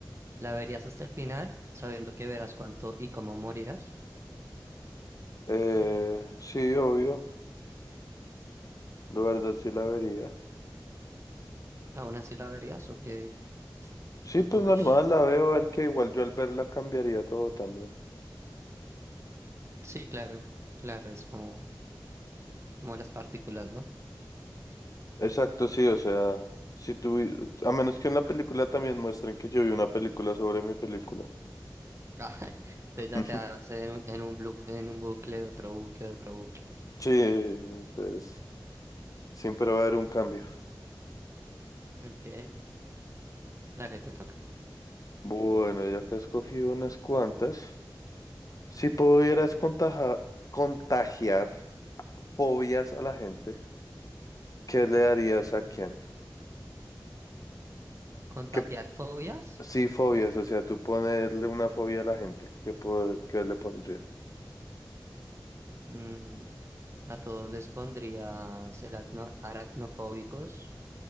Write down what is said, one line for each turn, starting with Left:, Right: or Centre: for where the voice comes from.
Right: ¿La verías hasta el final, sabiendo que verás cuánto y cómo morirás?
Left: Eh,
Right: Ah.
Left: sí, obvio. La verdad sí la vería.
Right: ¿Aún así la verías o qué?
Left: Sí, pues
Right: Uy,
Left: normal, la veo, a ver que igual yo al verla cambiaría todo también.
Right: sí, claro, claro, es como, como las partículas, ¿no?
Left: Exacto, sí, o sea, si tú, a menos que en la película también muestren que yo vi una película sobre mi película.
Right: Ah, <laughs>
Left: <laughs>
Right: entonces ya te vas en un, en un, blu- en un bucle, otro bucle, otro bucle.
Left: Sí, entonces siempre va a haber un cambio.
Right: Ok, dale, te toca.
Left: Bueno, ya que he escogido unas cuantas, si pudieras contaja- contagiar fobias a la gente, ¿qué le darías a quién?
Right: ¿Contagiar
Left: ¿Qué,
Right: fobias?
Left: sí, fobias, o sea, tú ponerle una fobia a la gente, ¿qué, po- qué le pondrías?
Right: Mm, a todos les pondría ser acno- aracnofóbicos